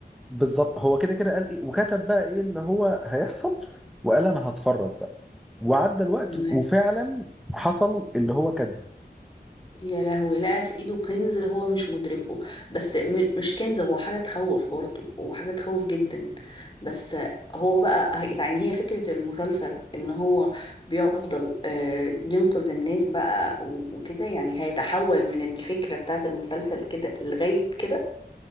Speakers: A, in the centre; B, on the left (about 30°).
A: بالظبط هو كده كده قال ايه وكتب بقى ايه اللي هو هيحصل وقال انا هتفرج بقى وعدى الوقت
B: تمام.
A: وفعلا حصل اللي هو كان
B: يا لهوي لقى في ايده كنز هو مش مدركه بس م- مش كنز هو حاجة تخوف برضه وحاجة تخوف جدا بس هو بقى هي- يعني هي فكرة المسلسل ان هو بيفضل آه، ينقذ الناس بقى و- وكده يعني هيتحول من الفكرة بتاعت المسلسل كده لغاية كده